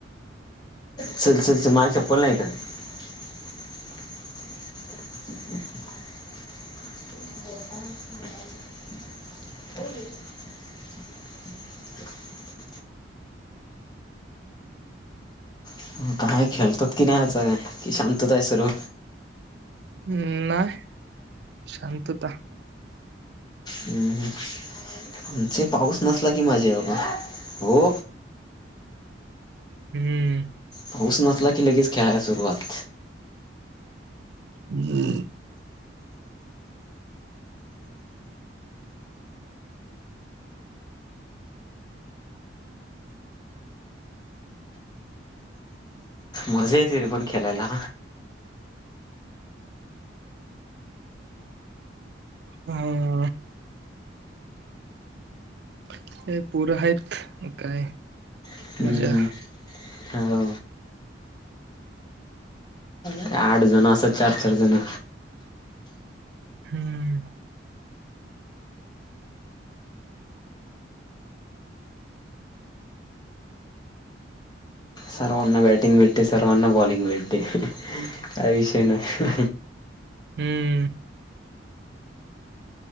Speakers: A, on the left; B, on the right.
A: चल चल चल माझी चप्पल नाय इथ. <inaudible> इथं काय खेळतात की नाय आज की शांतता आय सर्व?
B: हम्म, नाय शांतता.
A: हम्म हम्. जे पाऊस नसला की मज्जा आय <unintelligible> वो.
B: हम्म.
A: पाऊस नसला की लगेच खेळाय सुरुवात.
B: <inaudible>
A: मजा येते रे पण खेळायला.
B: हम्म. काय पोर हायत काय
A: हम्म,
B: मजा.
A: हो. काय आठ जण असं चार चार जण.
B: हम्म.
A: सर्वांना बॅटिंग भेटते सर्वांना बॉलिंग भेटते काय विषय नाय.
B: हम्म.